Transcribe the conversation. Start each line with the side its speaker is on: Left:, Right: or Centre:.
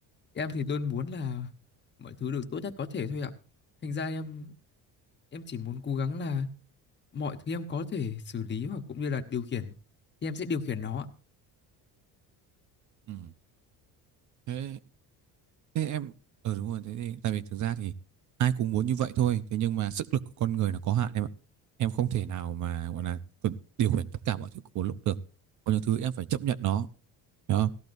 Left: em thì luôn muốn là mọi thứ được tốt nhất có thể thôi ạ thành ra em em chỉ muốn cố gắng là mọi thứ em có thể xử lý hoặc cũng như là điều khiển thì em sẽ điều khiển nó ạ
Right: Ừ. thế, thế em ờ ừ đúng rồi thế thì tại vì thực ra thì ai cũng muốn như vậy thôi thế nhưng mà sức lực của con người là có hạn em ạ em không thể nào mà gọi là điều khiển tất cả mọi thứ của một lúc được có những thứ em phải chấp nhận nó đó